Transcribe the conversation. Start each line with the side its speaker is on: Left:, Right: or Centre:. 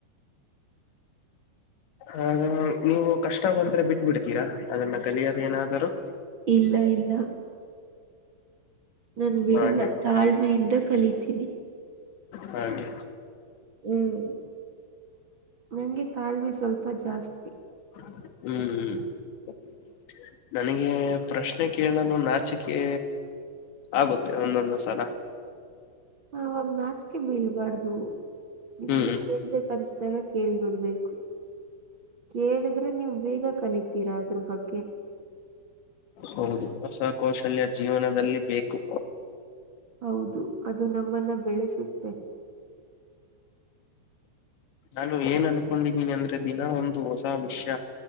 Left: ಆ ನೀವು ಕಷ್ಟ ಬಂದ್ರೆ ಬಿಟ್ಬ ಬಿಡ್ತೀರಾ ಅದನ್ನ ಕಲಿಯೋದ ಏನಾದರುೂ <unintelligible>
Right: ಇಲ್ಲ ಇಲ್ಲ ನನ್ ಬಿಡಲ್ಲ
Left: ಹಾಗೆ
Right: ತಾಳ್ಮೆಯಿಂದ ಕಲಿತೀನಿ
Left: ಹಾಗೆ
Right: ಹ್ಮ್ ನಂಗೆ ತಾಳ್ಮೆ ಸ್ವಲ್ಪ ಜಾಸ್ತಿ
Left: ಹ್ಮ್ ಹ್ಮ್ <unintelligible> ನನಗೆ ಪ್ರಶ್ನೆ ಕೇಳಲು ನಾಚಿಕೆ ಆಗುತ್ತೆ ಒಂದೊಂದು ಸಲ
Right: ಆವಾಗ ನಾಚಿಕೆ ಬೀಳ್ಬಾರ್ದು ನಿಮ್ಗೆ
Left: ಹ್ಮ್
Right: ಕೇಳ್ಬೇಕನ್ಸ್ದಾಗ ಕೇಳ್ಬಿಡ್ಬೇಕು ಕೇಳಿದ್ರೆ ನೀವು ಬೇಗ ಕಲಿತೀರಾ ಅದ್ರು ಬಗ್ಗೆ
Left: ಹೌದು ಹೊಸ ಕೌಶಲ್ಯ ಜೀವನದಲ್ಲಿ ಬೇಕು
Right: ಹೌದು ಅದು ನಮ್ಮನ್ನ ಬೆಳೆಸುತ್ತೆ
Left: ನಾನು ಏನ್ ಅನ್ಕೊಂಡಿದ್ದೀನಿ ಅಂದ್ರೆ ದಿನ ಒಂದು ಹೊಸ ವಿಷ್ಯ